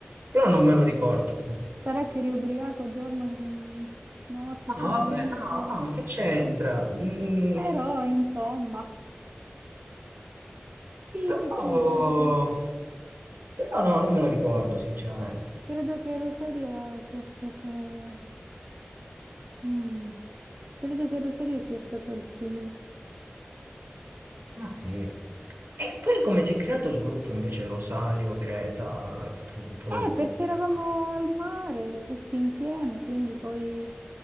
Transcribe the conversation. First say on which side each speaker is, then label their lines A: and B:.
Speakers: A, on the right; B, on the right.
A: Però non me lo ricordo. No,
B: sarà che eri ubriaco giorno, mm, notte,
A: vabbè,
B: pomeriggio.
A: no, no, che c'entra? Mm,
B: Però, insomma, sì,
A: però...
B: sì, credo che,
A: Però no, non me lo ricordo, sinceramente.
B: credo che Rosario sia stato Mm, credo che Rosario sia stato il primo.
A: Ma sì. E poi come si è creato il gruppo invece Rosario, Greta, tutto il gruppo
B: Eh,
A: del,
B: perché
A: del
B: eravamo
A: mare?
B: al mare tutti insieme, quindi poi